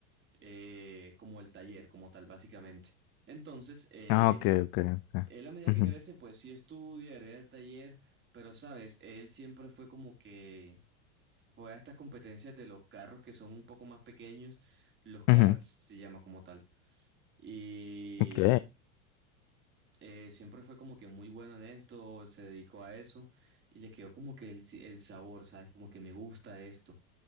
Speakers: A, on the right; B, on the left.
A: eh, como el taller, como tal, básicamente. Entonces, eh,
B: Ah, ok, ok, ok,
A: él a medida
B: ujú,
A: que crece, pues sí estudia, hereda el taller, pero sabes, él siempre fue como que... Fue a estas competencias de los carros que son un poco más pequeños, los karts
B: ujú,
A: se llama como tal. Y
B: ok,
A: eh, siempre fue como que muy bueno en esto, se dedicó a eso y le quedó como que el, si- el sabor, ¿sabes? Como que me gusta esto.